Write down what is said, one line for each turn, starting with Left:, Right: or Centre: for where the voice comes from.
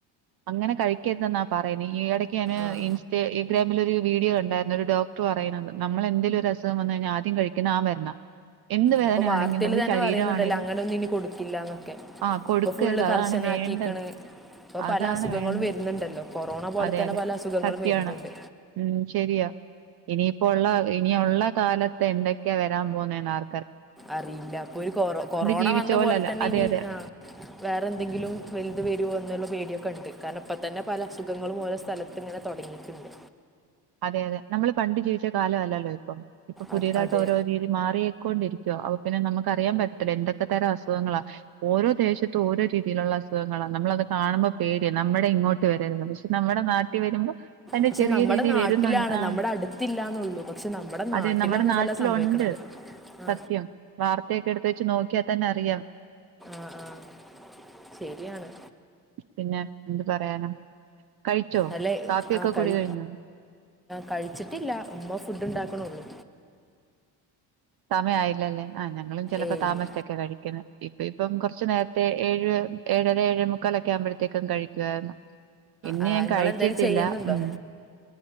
Right: അങ്ങനെ കഴിക്കരുതെന്നാ പറയുന്നേ ഈ ഇടക്ക് ഞാന്
Centre: ആ
Right: ഇൻസ്റ്റഗ്രാമിലൊ ഒരു വീഡിയോ കണ്ടായിരുന്നു ഒരു ഡോക്ടർ പറയണത്‌ നമ്മള എന്തെലൊ ഒരു അസുഖം വന്ന് കഴിഞ്ഞാ ആദ്യം കഴിക്കുന്ന മരുന്നാ എന്ത് വേദനയാണെങ്കിലും
Centre: ഇപ്പൊ വാർത്തൽ
Right: നമ്മുടെ
Centre: തന്നെ
Right: ശരീരമാണേലും
Centre: പറയുന്നുണ്ടല്ലോ അങ്ങനെൊന്നും ഇനി കൊടുക്കില്ലന്നൊക്കെ
Right: ആഹ് കൊടുക്കരുത്
Centre: ഇപ്പൊ ഫുള്ള്
Right: അതാണ്
Centre: കർശന
Right: വേണ്ടത്
Centre: ആക്കിക്ക്ണ് ഇപ്പൊ
Right: അതാണ്
Centre: പല അസുഖങ്ങളും
Right: വേണ്ടത്
Centre: വരുന്നുണ്ടല്ലോ കൊറോണ പോലെ
Right: അതെ
Centre: തന്നെ
Right: അതെ
Centre: പല അസുഖങ്ങളും
Right: സത്യാണ്
Centre: വരുന്നുണ്ട്
Right: ഉം ശരിയാ ഇനിയിപ്പോ ഉള്ള ഇനിയുള്ള കാലത്ത് എന്തൊക്കെയാ വരാൻ പോകുന്നേ ന്നാർ
Centre: അറിയില്ല അപ്പൊ ഒരു കൊറ കൊറോണ
Right: ജീവിച്ച
Centre: വന്ന
Right: പോലല്ല
Centre: പോലെ തന്നെ
Right: അതെ
Centre: ഇനി
Right: അതെ
Centre: വേറെ എന്തെങ്കിലും വലുത് വരോ എന്നുള്ള പേടിയൊക്കെ ഉണ്ട് കാരണം ഇപ്പ തന്നെ പല അസുഖങ്ങളും ഓരോ സ്ഥലത്ത് ഇങ്ങനെ തുടങ്ങിയിട്ടുണ്ട്
Right: അതെ അതെ നമ്മള് പണ്ട് ജീവിച്ച കാല അല്ലല്ലോ ഇപ്പം ഇപ്പൊ പുതിയതായിട്ട്
Centre: അ- അതെ
Right: ഓരോ രീതി മാറിയേക്കൊണ്ടിരിക്കുവോ അപ്പ പിന്നെ നമുക്ക് അറിയാൻ പറ്റത്തില്ല എന്തൊക്കെ തരം അസുഖങ്ങളാ ഓരോ ദേശത്ത് ഓരോ രീതിയിലുള്ള അസുഖങ്ങളാണ് നമ്മളത് കാണുമ്പോൾ പേടിയാണ് നമ്മുടെ ഇങ്ങോട്ട് വരരുത് പക്ഷെ നമ്മുടെ നാട്ടിൽ വരുമ്പോൾ അയ്ന്റെ
Centre: പക്ഷെ
Right: ചെറിയ
Centre: നമ്മുടെ
Right: രീ
Centre: നാട്ടിലാണ്
Right: വരുന്നുണ്ട് ആ
Centre: നമ്മുടെ അടുത്തില്ല എന്നുള്ളൂ പക്ഷെ നമ്മുടെ നാട്ടിലാണ്
Right: അതെ നമ്മുടെ നാട്ടിലുണ്ട്
Centre: ഇതെല്ലാം സംഭവിക്കണത് ആ
Right: സത്യം വാർത്തയൊക്കെ എടുത്ത വെച്ച് നോക്കിയ തന്നെ അറിയാം
Centre: ആഹ ആഹ ശരിയാണ്
Right: പിന്നെ എന്ത് പറയാനാ കഴിച്ചോ
Centre: അല്ലെ
Right: കാപ്പിയൊക്കെ
Centre: ആ കഴി
Right: കുടി കഴിഞ്ഞോ
Centre: കഴിച്ചിട്ടില്ല ഉമ്മ ഫുഡ് ഉണ്ടാക്കണള്ളു
Right: സമയാ ആയില്ലല്ലേ ആഹ് ഞങ്ങളും ചിലപ്പോ
Centre: ഏയ്
Right: താമസിച്ചൊക്കെ
Centre: ഇല്ല
Right: കഴിക്കുന്നത് ഇപ്പ ഇപ്പം കുറച്ച് നേരത്തെ ഏഴ് ഏഴര ഏഴേമുക്കാലൊക്കെ ആവുമ്പോഴത്തേക്കും കഴിക്കുവായിരുന്നു ഇന്ന്
Centre: ആ
Right: ഞാൻ
Centre: നിങ്ങൾ
Right: കഴിച്ചിട്ടില്ല
Centre: എന്തെങ്കിലും ചെയ്യുന്നുണ്ടോ
Right: ഉം